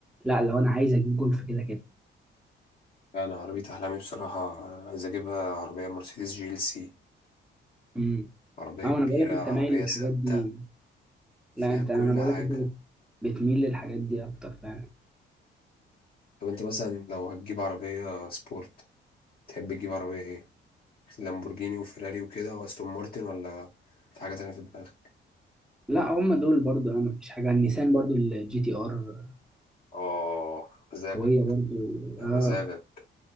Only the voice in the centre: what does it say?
لا لو انا عايز اجيب جولف كده كده
امم
اه
انا بقول لك انت
مايل للحاجات
دي
لا انت
انا بقول
لك انت بت- بتميل للحاجات دي اكتر فعلا
لا هم دول برضو اه مفيش حاجه النيسان برضو الجي تي ار
قويه برضو
اه